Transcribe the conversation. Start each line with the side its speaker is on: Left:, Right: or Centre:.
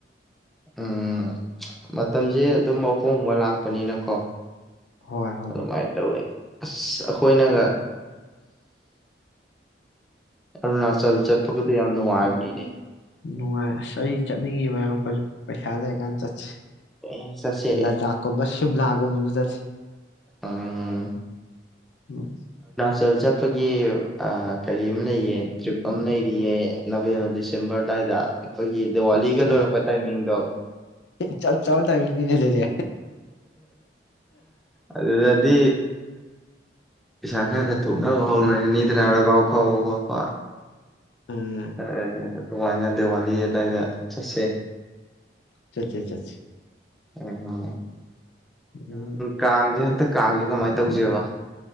Centre: ꯎꯝ ꯃꯇꯝꯁꯦ ꯑꯗꯨꯝ ꯑꯍꯣꯡꯕ ꯂꯥꯛ ꯄꯅꯤꯅ ꯀꯣ
Left: ꯍꯣꯏ ꯍꯣꯏ
Centre: ꯑꯗꯨ ꯃꯥꯥꯏꯇꯧꯋꯦ ꯑꯁ ꯍꯣꯏꯅꯒ
Left: ꯎꯝ
Centre: <inaudible> ꯑꯔꯨꯅꯥꯆꯜ ꯆꯠꯄꯒꯗꯨ ꯌꯥꯝ ꯅꯨꯡꯉꯥꯏꯕꯅꯤꯅꯦ
Left: ꯅꯨꯡꯉꯥꯏ ꯑꯁ ꯑꯩ ꯆꯠꯅꯤꯡꯉꯤꯕ ꯑꯃꯨꯛꯀꯥꯖꯨ ꯄꯩꯁꯥ ꯂꯩꯔꯀꯥꯟꯗ ꯆꯠ
Centre: ꯑꯦ ꯆꯠꯁꯦ
Left: ꯂꯥꯙꯥꯛ ꯀꯨꯝꯕꯥ ꯁꯨꯝꯂꯥꯒꯨꯝꯕꯗ ꯆꯦ
Centre: ꯑꯥ <unintelligible>
Left: ꯑꯣꯏ <inaudible>
Centre: ꯆꯜ ꯆꯠꯄꯒꯤ ꯀꯔꯤ ꯑꯃ ꯂꯩꯌꯦ ꯇ꯭ꯔꯤꯞ ꯑꯃ ꯂꯩꯔꯤꯌꯦ ꯅꯕꯦꯝꯕꯔ ꯗꯤꯁꯦꯝꯕꯔ ꯑꯗꯨꯋꯥꯏꯗ ꯑꯩꯈꯣꯏꯒꯤ ꯗꯤꯋꯥꯂꯤꯒ
Left: ꯑꯠꯆꯥ
Centre: ꯂꯣꯏꯔꯛꯄ
Left: ꯑꯠꯆꯥ
Centre: ꯇꯥꯏꯃꯤꯡꯗꯣ
Left: ꯆꯞ ꯆꯥꯕ ꯇꯥꯏꯃꯤꯡꯅꯤꯅꯦ ꯑꯗꯨꯗꯤ
Centre: ꯑꯗꯨꯗꯗꯤ ꯁ <unintelligible> ꯊ ꯍꯥꯎ ꯅꯅꯤꯗꯅꯔꯒꯥꯎ ꯈ <unintelligible> ꯀ ꯄ
Left: ꯎꯝ
Centre: ꯑ <unintelligible> ꯑꯗꯨꯃꯥꯏꯅ ꯗꯤꯋꯥꯂꯤ ꯑꯗꯨꯗꯥꯏꯗ ꯆꯠꯁꯦ
Left: ꯆꯠꯁꯦ ꯆꯠꯁꯦ
Centre: ꯑ <unintelligible>
Left: ꯎꯝ
Centre: ꯀꯡꯁꯦ ꯍꯟꯊꯛꯥ ꯀꯃꯥꯏꯅ ꯇꯧꯁꯦꯕ